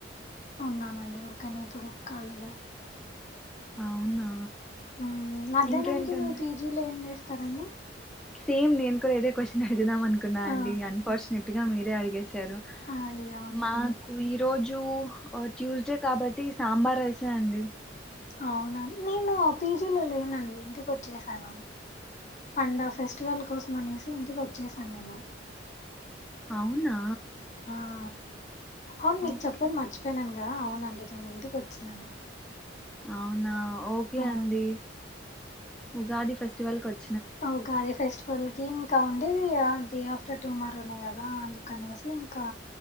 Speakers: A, on the left (about 40°); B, in the centre.
A: ఉన్నానండి ఉర్కనే అంటే ఇప్పుడు ఖాళీగా
B: అవునా
A: ఉహ్ మధ్యాహ్నంకి
B: ఇంకేంటండి
A: మీ పీజీలో ఏంచేస్ స్తారండి
B: సేమ్ నేను కూడా ఇదే క్వశ్చన్ అడుగుదాం అనుకున్నా అండి
A: ఆ
B: అన్ఫార్చునేట్ గా మీరే అడిగేస్ సారు
A: అయ్య అవునండి
B: మాకు ఈ రోజు జు ట్యూస్డే కాబట్టి సాంబార్ రైసే అండి
A: అవునా నేను పీజీలో లేనండి ఇంటికోచ్చేసాను పండ ఫెస్టివల్ కోసం అనేసి ఇంటికోచ్చేసాను నేను
B: అవునా
A: ఆ అవును మీకు
B: ఓకే
A: చెప్పేది మర్చిపోయిన నా ఆ అవునండి నేను ఇంటికి వచ్చినాను
B: అవునా ఓకే
A: ఆ
B: అండి ఉగాది ఫెస్టివల్ కోచ్
A: ఊగాది ఫెస్టివల్ కి ఇంకా ఉండేది ఇగ ఇగ చటిమారునే కదా అందుకనేసి ఇంకా